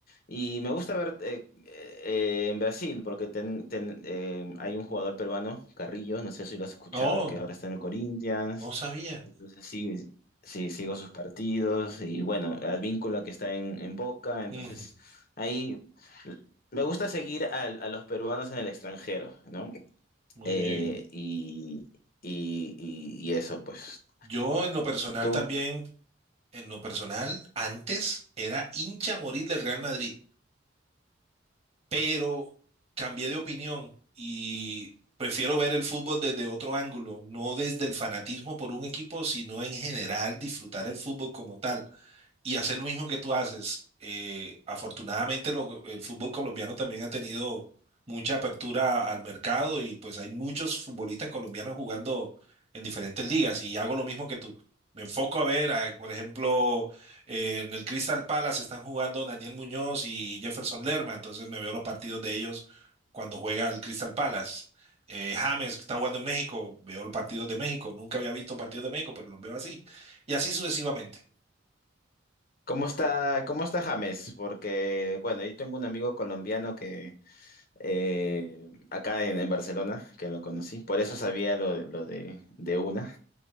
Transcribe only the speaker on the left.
y me gusta ver eh, eh, en Brasil porque ten- ten- eh, hay un jugador peruano, Carrillo, no sé si lo has escuchado,
que ahora está en el Corinthians.
Entonces sí, sí, sigo sus partidos y bueno, Advíncula que está en, en Boca. Entonces
ahí me gusta seguir al- a, los peruanos en el extranjero, ¿no?
Eh,
y, y, y- y eso, pues.
¿Tú?
¿Cómo está, cómo está James? Porque, bueno, yo tengo un amigo colombiano que eh, acá en, en Barcelona, que lo conocí, por eso sabía lo, lo de, de una.